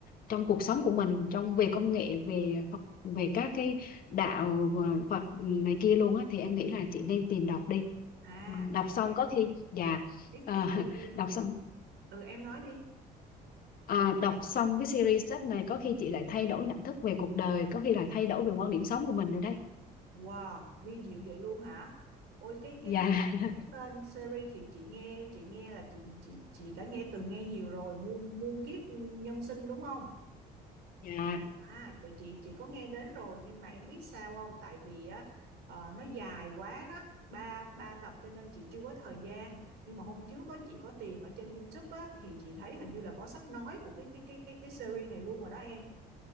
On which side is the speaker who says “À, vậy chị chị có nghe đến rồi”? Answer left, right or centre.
Right